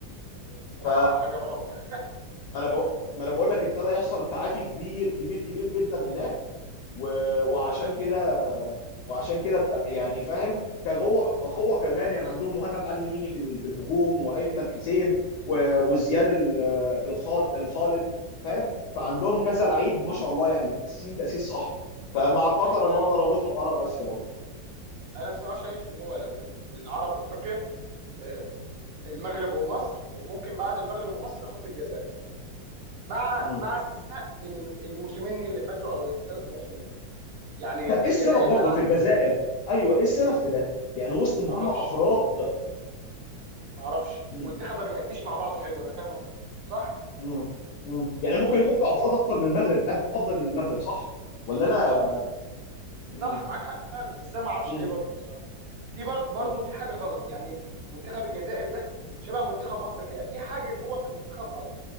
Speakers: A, on the right (about 75°); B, on the left (about 70°).
A: بصراحه
B: ف
A: حاجه رعب يعني
B: ما انا بقول ما انا بقول لك ابتدى يحصل تعافي كبير كبير كبير جدا هناك و...
A: <laughs> مم.
B: وعشان كده وعشان كده بت... يعني فاهم كجوه كقوه كمان يعني عندهم مهند علي ميمي في ال- في الهجوم وايمن حسين و... وزياد ال- الخاض الخالد فاهم فعندهم
A: مم.
B: كذا لعيب ما شاء الله يعني متاسسين تاسيس صح فمع قطر
A: ايوه
B: انا
A: ايوه
B: اقدر اضيفها في عرب اسيا برضه
A: انا بصراحه شايف ان هو لو من من عرب افريقيا آه، المغرب ومصر وممكن بعد المغرب ومصر احط الجزائر مع
B: مم.
A: مع استثناء ال- الموسمين اللي فاتوا او الثلاث مواسم اللي فاتوا يعني
B: طب ايه
A: الجزائر
B: السبب برضه
A: لا عن...
B: في الجزائر ايوه ايه السبب في ده يعني وسط ما
A: ما اعرفش
B: هم افراد
A: ما اعرفش
B: مم.
A: المنتخب ما بيأديش مع بعضه حلو انا فاهم قصدك صح
B: مم. مم. يعني ممكن يكون كافراد اكتر من المغرب أف- افضل من المغرب صح ولا انا
A: بالظبط
B: مم.
A: صح معاك حق فعلا بس انا ما اعرفش
B: مم.
A: ليه برضو بصراحه في بر- برضو
B: مم.
A: في حاجه غلط يعني منتخب الجزائر ده شبه منتخب مصر كده في حاجه جوه في المنتخب غلط